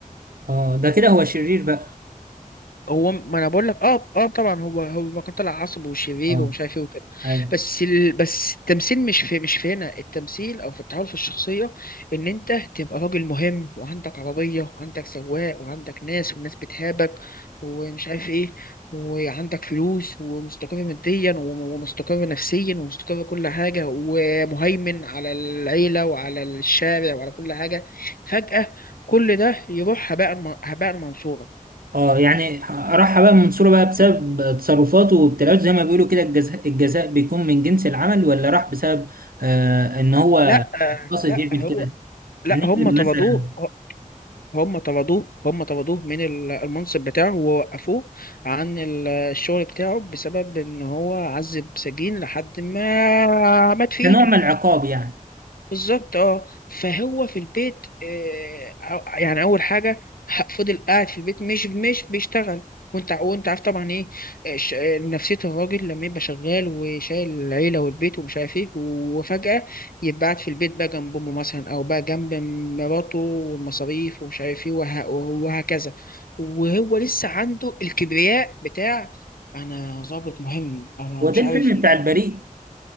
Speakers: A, on the right (about 80°); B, on the left (about 80°).
A: اه ده كده هو شرير بقى
B: هو ما انا بقول لك اه اه طبعا هو هو كان طلع عصب وشرير
A: اه
B: ومش عارف ايه وكده
A: ايوه
B: بس ال... بس التمثيل مش في مش في هنا التمثيل او في التعامل في الشخصيه ان انت تبقى راجل مهم وعندك عربيه وعندك سواق وعندك ناس والناس بتهابك ومش عارف ايه وعندك فلوس ومستقر ماديا وم- ومستقر نفسيا ومستقر كل حاجه ومهيمن على العيله وعلى الشارع وعلى كل حاجه فجاه كل ده يروح هباء هباء منصورا
A: اه يعني راح بقى منصوره بقى بسبب تصرفاته وابتلاءاته زي ما بيقولوا كده الجزاء الجزاء بيكون من جنس العمل ولا راح بسبب آه ان هو
B: لا
A: قصد
B: لا
A: يعمل
B: هو
A: كده
B: لا
A: ننزل
B: هم طردوه
A: مثلا
B: هم طردوه هم طردوه من ال- المنصب بتاعه ووقفوه عن ال- الشغل بتاعه بسبب ان هو عذب سجين لحد ما مات في
A: كنوع
B: ايده
A: من العقاب يعني
B: بالظبط اه فهو في البيت آه، أو- يعني اول حاجه ح- فضل قاعد في البيت مش مش بيشتغل وانت وانت عارف طبعا ايه آه، ش- آه، نفسيه الراجل لما يبقى شغال وشايل العيله والبيت ومش عارف ايه وفجاه يبقى قاعد في البيت بقى جنب امه مثلا او بقى جنب مراته والمصاريف ومش عارف ايه وه- وهكذا وهو لسه عنده الكبرياء بتاع انا ظابط مهم انا
A: وده
B: مش
A: الفيلم
B: عارف ايه
A: بتاع البريء